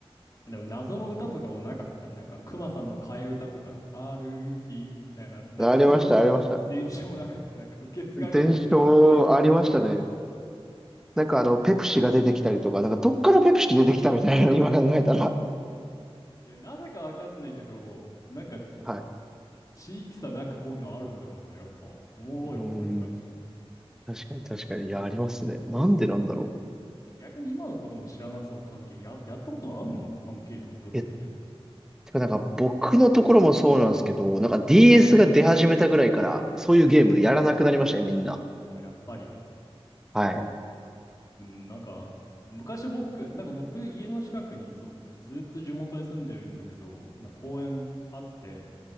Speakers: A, on the left (about 35°); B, in the centre.
A: でも謎の歌とかもなかった。なんか、熊さんの替え歌とか、ある日みたいな謎の伝承もなかった。
B: ありました、ありました。
A: なんか、受け継がれる伝統というか。
B: 伝承ありましたね。なんかあの、ペプシが出てきたりとか、なんかどっからペプシ出てきたみたいな、今考えたら。
A: いやなぜかわかんないけど、なんか、
B: はい。
A: 地域差なんかこういうのあるんだろうな。やっぱ、おもろいわ、
B: うん。
A: これに関しては。
B: 確かに確かに。いや、ありますね。なんでなんだろ
A: でも逆に今の子供知らなそう、関係。や、やったことあんのかな関係とか泥系。
B: う。てかなんか僕のところもそうなんですけど、なんか DS が出始めたぐらいから、そういうゲームやらなくなりましたね、みんな。
A: あ、やっぱり。
B: はい。
A: うん、なんか、昔僕、なんか僕、家の近くに、そう、ずっと地元に住んでるんだけど、なんか公園あって、